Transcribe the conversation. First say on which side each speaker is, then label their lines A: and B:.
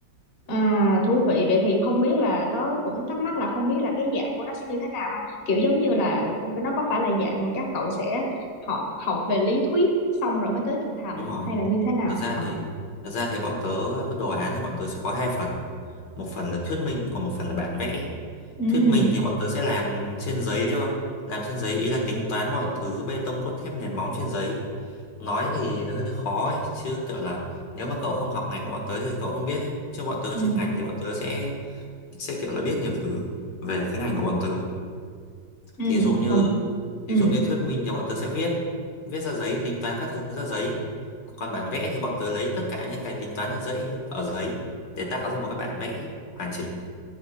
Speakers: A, on the left (about 40°); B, on the left (about 70°).
A: À, thú vị vậy thì không biết là tớ cũng thắc mắc là không biết là cái dạng của nó sẽ như thế nào ha kiểu giống như là nó có phải là dạng mà các cậu sẽ học học về lý thuyết xong rồi mới tới thực hành
B: đúng rồi
A: hay là như thế nào
B: thật ra
A: à.
B: thì thật ra thì bọn tớ cái đồ án thì bọn tớ sẽ có hai phần một phần là thuyết minh còn một phần là bản vẽ
A: ừ
B: Thuyết minh thì bọn tớ sẽ làm trên giấy thôi. Làm trên giấy ý là tính toán mọi thứ bê tông cốt thép nền móng trên giấy. Nói thì hơi khó ấy, chứ kiểu là nếu mà cậu không học ngành của bọn tớ thì cậu không biết ấy. Chứ bọn tớ
A: ừ
B: chuyên ngành thì bọn tớ sẽ sẽ kiểu là biết nhiều thứ về cái ngành của bọn tớ.
A: ừ
B: Thí dụ như
A: làm ừ
B: thí dụ như thuyết minh thì bọn tớ sẽ viết viết ra giấy, tính toán các thứ ra giấy. Còn bản vẽ thì bọn tớ lấy tất cả những cái tính toán ở giấy ở giấy để tạo ra một cái bản vẽ hoàn chỉnh